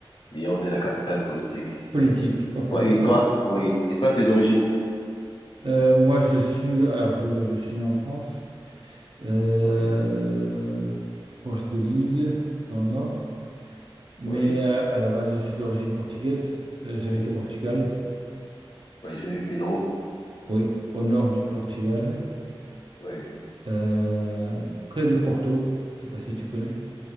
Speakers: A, on the left; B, on the right.
A: Yaoundé, est la capitale politique.
B: politique, ok,
A: Ouais, et
B: d'accord.
A: toi? Oui. Et toi, tes origines?
B: Euh, moi, je suis, alors je, je suis né en France, euh,
A: Oui,
B: proche de Lille, dans le nord, mais
A: oui.
B: à, à la base, je suis d'origine portugaise. Euh, j'habite au Portugal,
A: Oui, j'ai vu Pedro.
B: oui, au nord du Portugal,
A: Oui.
B: euh, près de Porto. Je sais pas si tu connais.